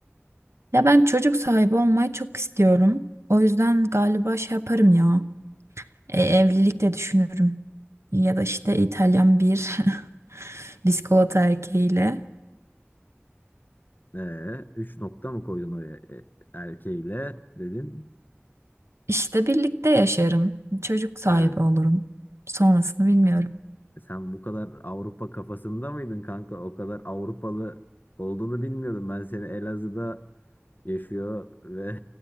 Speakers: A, on the right (about 80°); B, on the left (about 45°).
A: Ya ben çocuk sahibi olmayı çok istiyorum. O yüzden galiba şey yaparım ya. E, evlilik de düşünürüm. Ya da işte İtalyan bir <laughs> bisikolata erkeğiyle.
B: Ee, üç nokta mı koydun oraya? Ee, erkeğiyle dedin.
A: İşte birlikte yaşarım. Çocuk sahibi
B: Ha,
A: olurum. Sonrasını bilmiyorum.
B: sen bu kadar Avrupa kafasında mıydın kanka? O kadar Avrupalı olduğunu bilmiyordum. Ben seni Elazığ'da yaşıyor ve